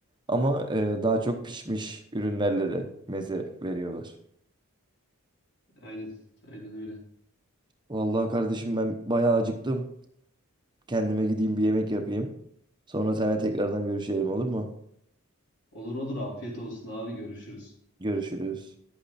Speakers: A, on the right (about 20°); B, on the left (about 55°).
A: Ama e, daha çok pişmiş ürünlerle de meze veriyorlar.
B: aynen aynen öyle.
A: Vallahi kardeşim ben bayağı acıktım. Kendime gideyim bir yemek yapayım. Sonra seninle tekrardan görüşelim olur mu?
B: Olur olur afiyet olsun abi görüşürüz.
A: Görüşürüz.